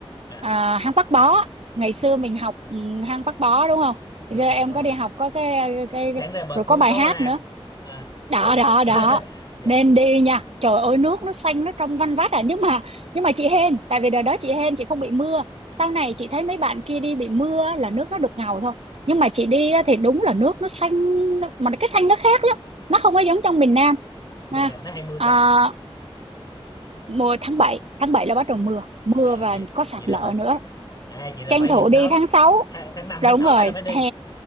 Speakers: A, on the left; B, on the right.
A: À,
B: à, hang Bác Bó ngày xưa
A: dạ,
B: mình học ừ, hang Bác Bó đúng không
A: đúng
B: giờ
A: rồi,
B: em
A: đúng
B: có
A: rồi.
B: đi học có cái
A: À,
B: cái
A: sáng ra bờ
B: rồi
A: suối
B: có bài
A: tối
B: hát
A: vào hang.
B: nữa
A: À,
B: đó
A: sáng ra
B: đó
A: bờ suối.
B: đó
A: <laughs> Dạ.
B: nên đi nha trời ơi nước nó xanh nó trong văn vắt à nhưng mà nhưng mà chị hên tại vì đợt đó chị hên chị không bị mưa sau này chị thấy mấy bạn kia đi bị mưa á, là nước nó đục ngầu thôi nhưng mà chị đi á, thì đúng là nước nó xanh nó- mà cái xanh nó khác lắm nó không có giống trong miền Nam
A: Mùa
B: ha
A: nào nó hay mưa
B: à,
A: ta?
B: mùa tháng bảy tháng 7
A: Mùa...
B: là bắt đầu mưa mưa
A: À
B: và
A: gì?
B: có sạt
A: Vậy
B: lở
A: là phải
B: nữa
A: à vậy là
B: tranh
A: phải
B: thủ
A: đi sớm.
B: đi tháng 6
A: Tha- Tháng 5
B: đúng
A: tháng 6
B: rồi
A: này là phải đi.
B: hè